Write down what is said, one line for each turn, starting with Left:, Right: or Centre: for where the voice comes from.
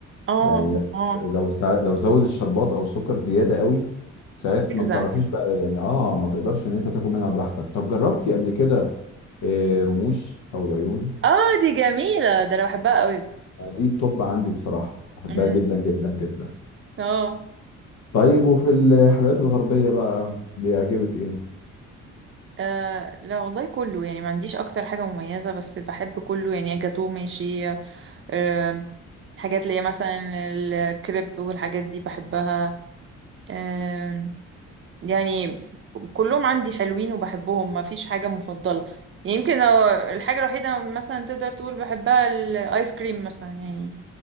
Right: اه
Left: يعني
Right: اه
Left: لو سع- لو زود الشربات او السكر زياده قوي ساعات
Right: بتجزع
Left: ما بتعرفيش
Right: كده
Left: بقى يعني اه ما تقدرش ان انت تاكل منها براحتك طب جربتي قبل كده آه، رموش او العيون
Right: اه دي جميلة ده أنا بحبها قوي
Left: آه، دي التوب عندي بصراحه بحبها
Right: مم.
Left: جدا جدا جدا
Right: اه
Left: طيب وفي الحلويات الغربيه بقى بيعجبك ايه
Right: آه لا والله كله يعني ما عنديش أكتر حاجة مميزة بس بحب كله يعني جاتوه ماشي آه حاجات اللي هي مثلا الكريب والحاجات دي بحبها آه، يعني كلهم عندي حلوين وبحبهم ما فيش حاجة مفضلة يعني يمكن آه، الحاجة الوحيدة مثلا تقدر تقول بحبها الآيس كريم مثلا يعني